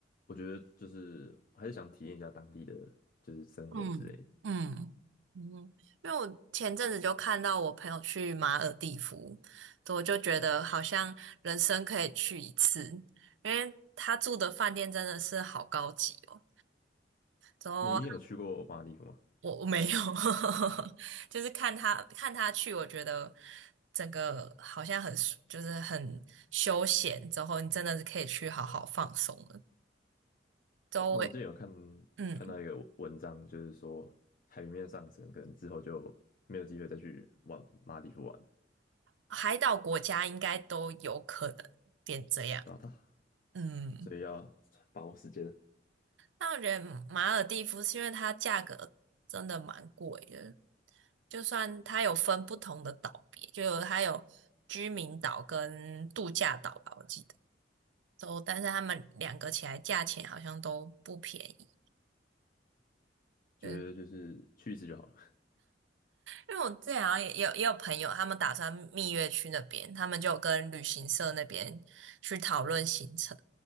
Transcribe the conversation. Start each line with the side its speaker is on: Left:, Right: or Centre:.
Left: 我觉得就是我还是想体验一下当地的就是生活之类的。
Right: 嗯，嗯嗯，因为我前阵子就看到我朋友去马尔地夫，我就觉得好像人生可以去一次，因为他住的饭店真的是好高级哦。之后
Left: 你你有去过马尔地夫吗？
Right: 我我没有，<laughs> 就是看他看他去，我觉得整个好像很舒就是很休闲，之后你真的是可以去好好放松了。周围，
Left: 呃我之前有看
Right: 嗯，
Left: 看到一个文章，就是说海平面上升，可能之后就没有机会再去往马尔地夫玩，
Right: 海岛国家应该都有可能变这样。
Left: 打打，
Right: 嗯，
Left: 所以要把握时间，
Right: 那我觉得马尔蒂夫是因为它价格真的蛮贵的，就算它有分不同的岛别，就有它有居民岛跟度假岛吧，我记得。都，但是他们两个起来价钱好像都不便宜。
Left: 觉得就是去一次就好了。
Right: 嗯，因为我之前好像也也有也有朋友，他们打算蜜月去那边，他们就有跟旅行社那边去讨论行程，